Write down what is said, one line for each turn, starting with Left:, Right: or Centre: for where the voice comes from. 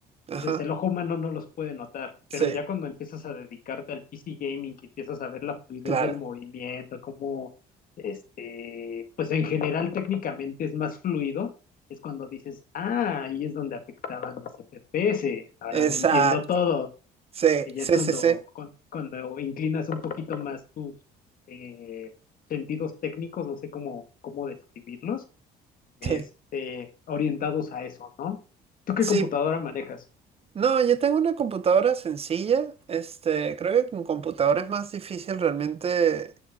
Right: ajá,
Left: dices, el ojo humano no los puede notar,
Right: sí,
Left: pero ya cuando empiezas a dedicarte al PC gaming, que empiezas a ver la fluidez
Right: claro,
Left: del movimiento, cómo, este, pues en general técnicamente es más fluido, es cuando dices, ah, ahí es donde afectaban los FPS, ahora
Right: exacto,
Left: lo entiendo todo.
Right: sí,
Left: Y ya
Right: sí,
Left: es cuando,
Right: sí, sí,
Left: cu- cuando inclinas un poquito más tus eh, sentidos técnicos, no sé cómo, cómo describirlos, este,
Right: sí,
Left: orientados a eso, ¿no? ¿Tú qué
Right: sí,
Left: computadora manejas?
Right: No, yo tengo una computadora sencilla. Este, creo que con computadora es más difícil realmente